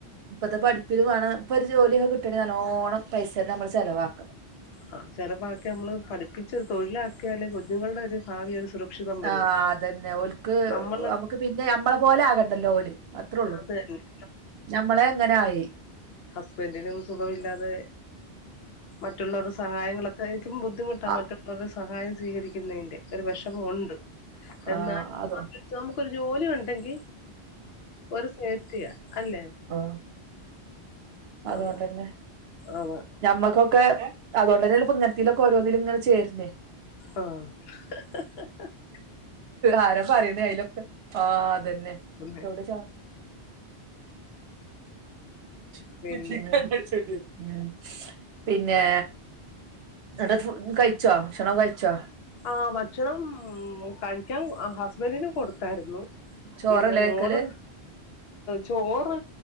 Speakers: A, on the right; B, on the left.
A: ഇപ്പത്തെ പഠിപ്പിന് വണ്ണം ഇപ്പോ ഒരു ജോലി കിട്ടണേൽ നല്ലോണം പൈസ തന്നെ നമ്മൾ ചെലവാക്കണം
B: <unintelligible> പഠിപ്പിച്ച ഒരു തൊഴിലാക്കിയാല് കുഞ്ഞുങ്ങളുടെ ഒരു ഭാവി ഒരു സുരക്ഷിതം വരുവല്ലോ
A: ആ അതന്നെ ഓൽക്ക്
B: നമ്മള്
A: നമുക്ക് പിന്നെ നമ്മളെ പോലെ ആകണ്ടല്ലോ ഓല് അത്രള്ളു
B: അത് തന്നെ
A: ഞമ്മളെങ്ങനായി
B: ഹസ്ബൻഡിനു സുഖമില്ലാതെ മറ്റുള്ളവരുടെ സഹായങ്ങളൊക്കെ എനിക്കും ബുദ്ധിമുട്ടാ
A: ആ
B: മറ്റുള്ളവരുടെ സഹായം സ്വീകരിക്കുന്നതിന്റെ ഒരു വിഷമം ഉണ്ട്
A: ആഹ്
B: എന്നാൽ
A: അതോ
B: നമുക്കരു ജോലി ഉണ്ടെങ്കിൽ ഒരു സേഫ്റ്റിയാ അല്ലെ
A: ആഹ് അതോണ്ടന്നെ
B: അതാ അതാ
A: ഞമ്മക്കൊക്കെ അതൊണ്ടനല്ലെപ്പോ ഇങ്ങത്തെലൊക്കെ ഓരോന്നിലങ്ങനെ ചേർന്നെ
B: ആഹ് <unintelligible>
A: ആരാ പറയണേ അയിലൊക്കെ ആഹ് അതന്നെ
B: മ്മ്
A: എവിടെ ചാടി <inaudible>
B: പിന്നെ
A: ഉം പിന്നെ അടെകഴിച്ചോ ഭക്ഷണം കഴിച്ചോ
B: ആ ഭക്ഷണം കഴിക്കാൻ ആ ഹസ്ബൻറിന് കൊടു തരുന്നു
A: ചോറല്ലേ
B: പിന്നെ മോള്
A: കഴിക്കല്
B: ചോറ്